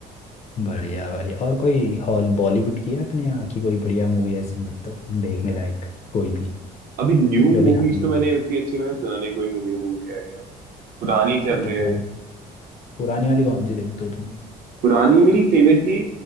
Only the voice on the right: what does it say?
अभी न्यू
मूवीज
तो
मैंने उतनी अच्छी मैंने सुना नहीं कोई न्यू मूवी आई है पुरानी चल
रही
है
पुरानी मेरी फेवरेट थी